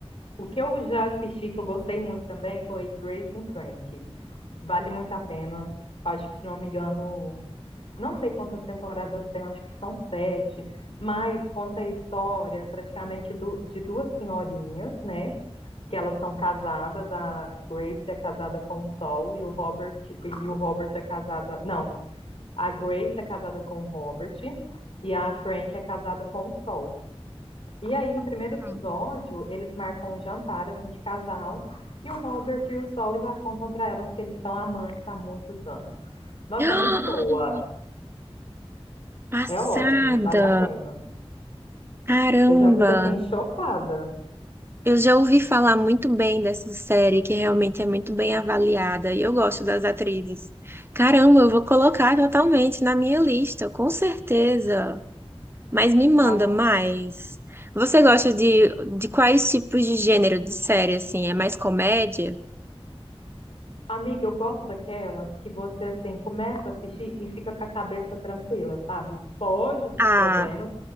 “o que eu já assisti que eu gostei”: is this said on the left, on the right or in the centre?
Left